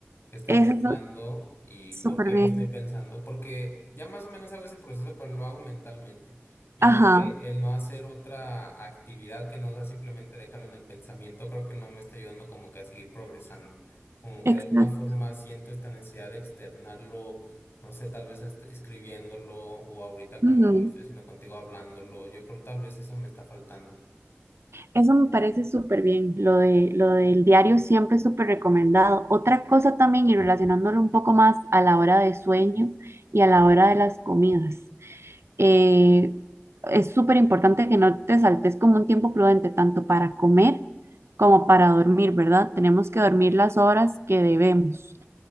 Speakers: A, on the left; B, on the right.
A: qué estoy
B: Eso
A: pensando
B: es lo-
A: y
B: súper
A: por qué
B: bien.
A: lo estoy pensando, porque ya más o menos hago ese proceso, pero lo hago mentalmente. Y
B: Ajá,
A: yo creo que el no hacer otra actividad que no sea simplemente dejarlo en el pensamiento, creo que no me está ayudando como que a seguir progresando. Como que
B: exacto.
A: de alguna forma siento esta necesidad de externarlo no sé, tal vez hasta escribiéndolo o ahorita como
B: ujú.
A: lo estoy haciendo contigo hablándolo. Yo creo tal vez eso me está faltando.
B: Eso me parece súper bien, lo de, lo del diario siempre es súper recomendado. Otra cosa también, y relacionándolo un poco más a la hora de sueño y a la hora de las comidas. eh, es súper importante que no te saltes como un tiempo prudente, tanto para comer como para dormir, ¿verdad? Tenemos que dormir las horas que debemos.